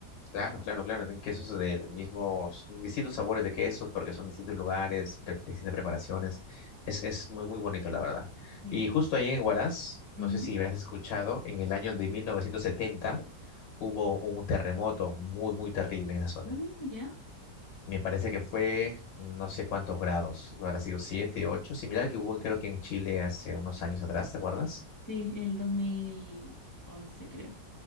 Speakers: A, on the left (about 80°); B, on the left (about 30°).
A: Claro, claro, claro. Tienen quesos del mismo, distintos sabores de quesos, porque son distintos lugares, pe- distintas preparaciones. Es, es muy, muy bonito, la verdad.
B: Sí.
A: Y justo ahí en Huaraz, no
B: Ujú.
A: sé si habrás escuchado, en el año de 1970 hubo un terremoto muy, muy terrible en esa zona.
B: Uh, ¿ya?
A: Me parece que fue no sé cuántos grados, habrá sido 7, 8, similar que hubo creo que en Chile hace unos años atrás, ¿te acuerdas?
B: Sí, el dos mil once, creo.